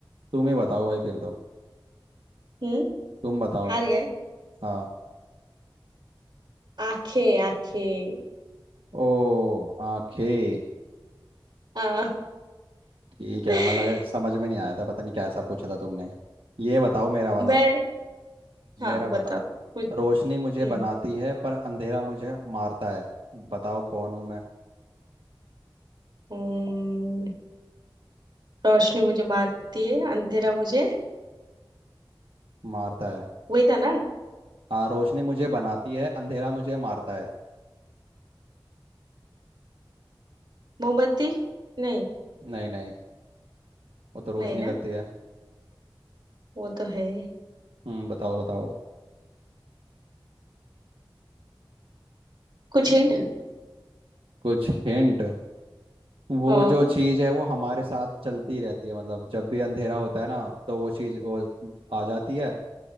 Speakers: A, on the right (about 85°); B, on the right (about 60°).
A: तुम ही बताओ भाई फिर तो
B: हम्म
A: तुम बताओ
B: हार गए
A: हाँ
B: आंखें आंखें
A: ओ आंखें
B: हाँ
A: ठीक
B: <laughs>
A: है मतलब अगर समझ में नहीं आया था पता नहीं कैसा पूछा था तुमने ये बताओ मेरा वाला
B: मैं हाँ
A: मेरा
B: बताओ
A: बताओ
B: कुछ
A: रोशनी मुझे
B: हम्म
A: बनाती है पर अंधेरा मुझे मारता है बताओ कौन हूँ मैं
B: हम्म, रोशनी मुझे मारती है अंधेरा मुझे
A: मारता है
B: वही था ना
A: हाँ रोशनी मुझे बनाती है अंधेरा मुझे मारता है
B: मोमबत्ती नहीं
A: नहीं नहीं वो तो रोशनी
B: नहीं ना
A: करती है
B: वो तो है
A: हम्म बताओ बताओ
B: कुछ हिंट
A: कुछ हिंट वो
B: हाँ
A: जो चीज है वो हमारे साथ चलती रहती है मतलब जब भी अंधेरा होता है ना तो वो चीज वो आ जाती है